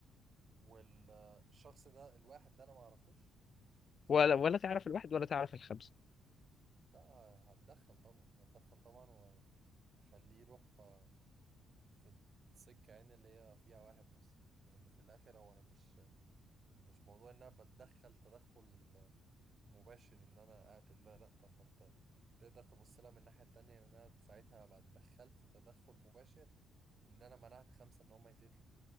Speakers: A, on the right; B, on the left.
A: والشخص ده الواحد ده انا ما اعرفوش
B: ولا ولا تعرف الواحد ولا تعرف الخمسة
A: لا ه- هتدخل طبعا هتدخل طبعا واخليه يروح آه، في السكة يعني اللي هي فيها واحد بس لان في الاخر هو انا مش مش موضوع ان انا بتدخل تدخل مباشر ان انا اقتل ده لا طب ما انت تقدر تبص لها من الناحية التانية ان انا ساعتها هبقى اتدخلت تدخل مباشر ان انا منعت خمسة ان هم يتقتلوا